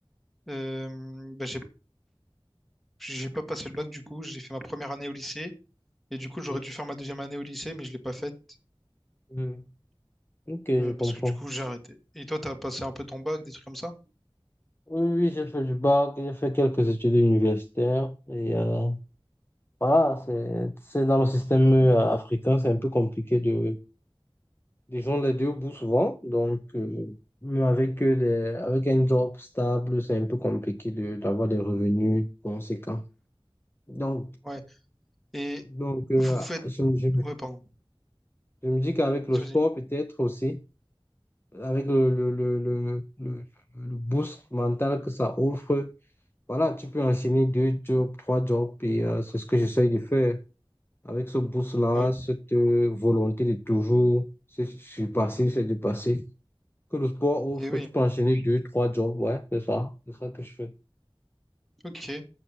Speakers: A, in the centre; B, on the left (about 25°).
A: Euh, bah, j'ai j'ai pas passé le bac, du coup, j'ai fait ma première année au lycée. Et du coup, j'aurais
B: Oui.
A: dû faire ma deuxième année au lycée, mais je l'ai pas faite.
B: Hmm. Ok, je
A: Euh,
B: comprends.
A: parce que du coup, j'ai arrêté. Et toi, t'as passé un peu ton bac, des trucs comme ça?
B: Oui, oui, oui, j'ai fait du bac, j'ai fait quelques études universitaires. Et euh, voilà, c'est, c'est dans le système euh, africain, c'est un peu compliqué de. Ils ont les deux bouts souvent, donc euh, mais avec, euh, les- avec un job stable, c'est un peu compliqué de- d'avoir des revenus conséquents. Donc,
A: Ouais. Et
B: donc euh,
A: vous faites...
B: je, me je me-
A: Ouais, pardon.
B: je me dis qu'avec le
A: Vas-y,
B: sport,
A: vas-y.
B: peut-être aussi, avec le, le, le, le, le, le boost mental que ça offre, voilà, tu peux enchaîner deux jobs, trois jobs, et euh, c'est ce que j'essaye de faire. Avec ce boost-là,
A: Ouais.
B: cette euh, volonté de toujours se surpasser, se dépasser. que le sport offre,
A: Et oui.
B: tu peux enchaîner deux, trois jobs, ouais, c'est ça, c'est ça que je fais.
A: Ok. Et